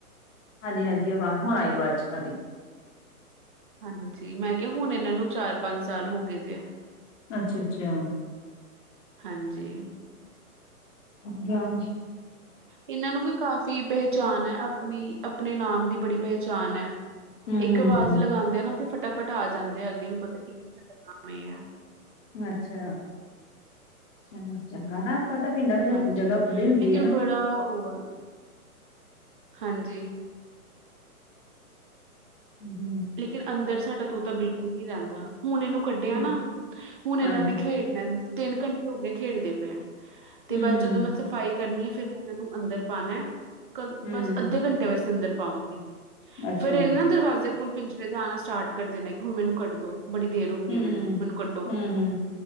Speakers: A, on the left (about 50°); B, on the right (about 35°).
A: ਹਾਂਜੀ, ਹਾਂਜੀ ਆਵਾਜ਼ ਹੁਣ ਆਈ ਆਵਾਜ਼ ਤੁਹਾਡੀ।
B: ਹਾਂਜੀ, ਮੈਂ ਕਿਹਾ ਹੁਣ ਇਹਨਾਂ ਨੂੰ ਚਾਰ ਪੰਜ ਸਾਲ ਹੋ ਗਏ ਦੇ ਆ।
A: ਅੱਛਾ ਅੱਛਾ।
B: ਹਾਂਜੀ
A: ਗਿਆ ਕੁਛ।
B: ਇਹਨਾਂ ਨੂੰ ਵੀ ਕਾਫ਼ੀ। ਪਹਿਚਾਣ ਹੈ ਆਪਣੀ ਆਪਣੇ ਨਾਮ ਦੀ ਬੜੀ ਪਹਿਚਾਣ ਹੈ।
A: ਹੂੰ
B: ਇੱਕ
A: ਹੂੰ
B: ਆਵਾਜ਼ ਅਵਾਜ਼ ਲਗਾਉਂਦੇ ਆ ਨਾ ਤੇ ਫਟਾਫੱਟ ਆ ਜਾਂਦੇ ਆ। ਅੱਗੇ ਨੂੰ ਪਤਾ ਕੀ ਸਾਡਾ ਇਹ ਆ।
A: ਅੱਛਾ ਚਲੋ ਚੰਗਾ ਨਾ। ਆਪਾਂ ਤਾਂ ਪਿੰਡਾਂ ਵਿੱਚ
B: ਹਾਂਜੀ,
A: ਜਗ੍ਹਾ ਖੁੱਲੀ ਹੁੰਦੀ
B: ਲੇਕਿਨ
A: ਹੈ ਨਾ
B: ਬੜਾ ਉਹ ਆ ਹਾਂਜੀ
A: ਹਮ ਹਮ
B: ਲੇਕਿਨ ਅੰਦਰ ਸਾਡਾ ਤੋਤਾ ਬਿਲਕੁੱਲ ਨਹੀਂ ਰਹਿੰਦਾ। ਹੁਣ ਇਹਨੂੰ ਕੱਢਿਆ
A: ਹੂੰ
B: ਨਾ ਹੁਣ ਇਹਨਾਂ
A: ਹਾਂਜੀ
B: ਨੇ ਖੇਡਣਾ ਤਿੰਨ ਘੰਟੇ ਹੋਗੇ ਖੇਡਦੇ ਪਏ। ਤੇ
A: ਹੂੰ
B: ਬੱਸ
A: ਹੂੰ
B: ਜਦੋਂ ਮੈਂ ਸਫ਼ਾਈ ਕਰਨੀ ਹੈ ਫਿਰ ਮੈਂ ਇਹਨਾਂ ਨੂੰ ਅੰਦਰ ਪਾਉਣਾ।
A: ਹੂੰ
B: ਬੱਸ ਅੱਧੇ ਘੰਟੇ ਵਾਸਤੇ ਅੰਦਰ ਪਾਵਾਂਗੀ।
A: ਅੱਛਾ
B: ਫੇਰ ਇਹਨਾਂ
A: ਹੂੰ
B: ਦਰਵਾਜ਼ੇ ਕੋਲ ਪਿੰਜਰੇ ਦੇ ਆਉਣਾ ਸਟਾਰਟ ਕਰਦੇ ਨੇ ਕਿ ਹੁਣ ਮੈਨੂੰ ਕੱਢ ਦਿਓ। ਬੜੀ ਦੇਰ ਹੋ ਗਈ
A: ਹੂੰ
B: ਆ ਮੈਨੂੰ ਮੈਨੂੰ ਕੱਢੋ
A: ਹੂੰ